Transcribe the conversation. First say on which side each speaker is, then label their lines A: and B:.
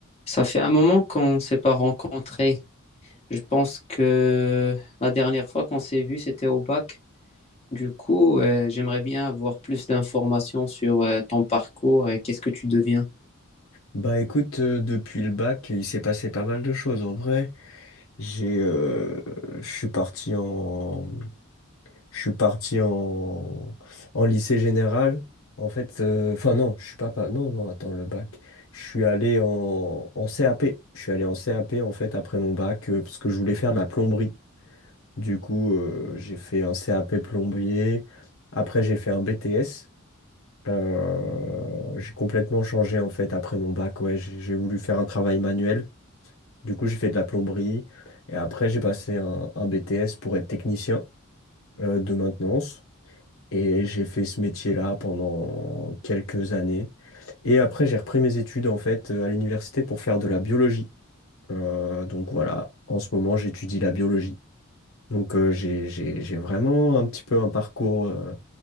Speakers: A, on the left (about 30°); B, on the left (about 70°).
A: Ça fait un moment qu'on ne s'est pas rencontrés. Je pense que la dernière fois qu'on s'est vu, c'était au bac. Du coup, euh, j'aimerais bien avoir plus d'informations sur euh, ton parcours et qu'est-ce que tu deviens.
B: Bah écoute, euh, depuis le bac, il s'est passé pas mal de choses en vrai. J'ai, euh, je suis parti en, je suis parti en, en lycée général. En fait, euh, enfin non, je suis pas, pas, non non, attends le bac. Je suis allé en, en CAP. Je suis allé en CAP en fait après mon bac euh, parce que je voulais faire de la plomberie. Du coup, euh, j'ai fait un CAP plombier. Après, j'ai fait un BTS. Euh, j'ai complètement changé en fait après mon bac. Ouais, j'ai j'ai voulu faire un travail manuel. Du coup, j'ai fait de la plomberie et après, j'ai passé un, un BTS pour être technicien euh, de maintenance. Et j'ai fait ce métier-là pendant quelques années. Et après, j'ai repris mes études en fait euh, à l'université pour faire de la biologie. Euh, donc voilà, en ce moment, j'étudie la biologie. Donc euh, j'ai, j'ai, j'ai vraiment un petit peu un parcours euh,